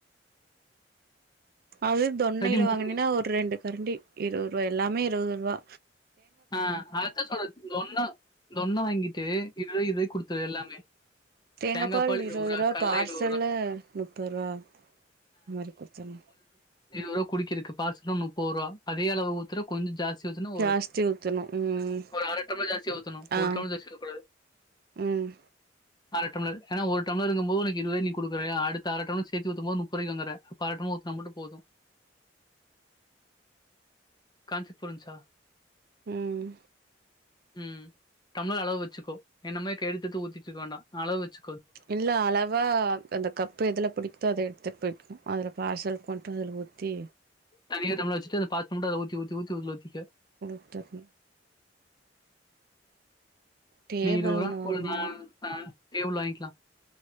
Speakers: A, on the right; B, on the left.
A: அது தொண்ணைல
B: இல்லாட்டி
A: வாங்கினினா
B: மிக்ஸ்
A: ஒரு ரெண்டு கரண்டி இருவருவாயா எல்லாமே இருவதுருவா
B: ஆ அதத்தா சொல்ற தொன்ன தொன்ன வாங்கிட்டு இதுவே இதுவே குடுத்து எல்லாமே
A: தேங்கா
B: தேங்காய்
A: பால் இருவது
B: ரூ.
A: ருவா
B: கடல
A: பார்சல்ல
B: ரூ.
A: முப்பது ருவா அ மாரி குடுத்தர்ணு
B: இருவருவா குடிக்கிருக்கு பார்சல்னா முப்பருவா அதே அளவு ஊத்துன கொஞ்ச ஜாஸ்தி <unintelligible>
A: ஜாஸ்தி ஊத்தணு ம்
B: ஒரு ஆ அர டம்ளர் ஜாஸ்தி ஒரு அர டம்ளர் ஜாஸ்தியா ஊத்தணு ஒரு
A: ஆ
B: டம்ளர் ஜாஸ்தியாக கூடாது
A: ம்
B: அர டம்ளர் ஏன்னா ஒரு டம்ளர் இங்கபோது உனக்கு இதுவே நீ குடுக்குறயா அடுத்த அர டம்ளர் சேத்து ஊத்தும் போது நுப்பதுரைங்கிதுகிற அப்ப அர டம்ளார் ஊத்தனா மட்டும் போதும் கான்சப்ட் புரிஞ்சா
A: ம்
B: ம் டம்ளார் அளவு வச்சிக்கோ என்ன மாரி கைழுத்து எடுத்து ஊத்திட்டுருக்க வேண்டா அளவு வச்சு
A: இல்ல அளவா அந்த கப்பு எதுல புடிக்குதோ அத எடுத்துட்டு போய்க்குனு அதுல பார்சல் கொண்ட்டு அதுல ஊத்தி
B: தனியா டம்ளார் வச்சிட்டு அந்த பார்சல் மட்டும் அத ஊத்தி ஊத்தி ஊத்தி உள்ள வச்சிக்க
A: குடுத்தறனு டேபிள்
B: நீ இருவதுரா
A: ஒன்னு
B: குடுல
A: வாங்கணு
B: நா நா டேபுள் வாங்கிலா